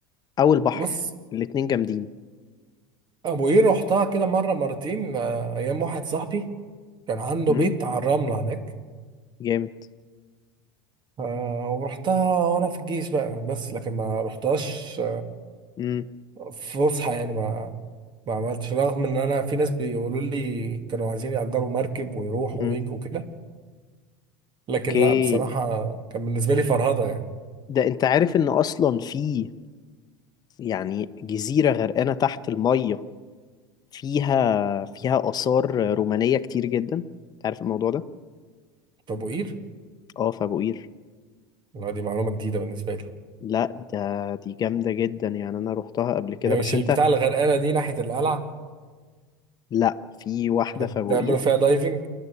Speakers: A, on the left (about 30°); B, on the right (about 40°).
A: او البحر
B: بص
A: الاتنين جامدين
B: ابو قير رحتها كده مره مرتين آه ايام واحد صاحبي كان عنده
A: امم
B: بيت على الرمله هناك
A: جامد
B: آه ورحتها وانا في الجيش بقى بس لكن ما رحتهاش
A: امم
B: فسحة يعني ما ما عملتش رغم ان انا في ناس بيقولوا لي كانوا عايزين يأجروا مركب ويروحوا
A: امم
B: ويجوا كده لكن
A: اوكي
B: لا بصراحة كان بالنسبة لي فرهضة يعني
A: ده انت عارف ان اصلا في يعني جزيرة غرقانة تحت المية فيها فيها آثار رومانية كتير جدا انت عارف الموضوع ده
B: طب وقير
A: اه في ابو قير
B: لا دي معلومة جديدة بالنسبة لي
A: لا ده دي جامدة جدا يعني أنا روحتها قبل كده
B: هي
A: بس
B: مش البتاع
A: أنت
B: اللي غرقانة دي ناحية القلعة
A: <laughs> لا في واحدة
B: كنت اه
A: في أبو
B: تعملوا
A: قير
B: فيها دايفنج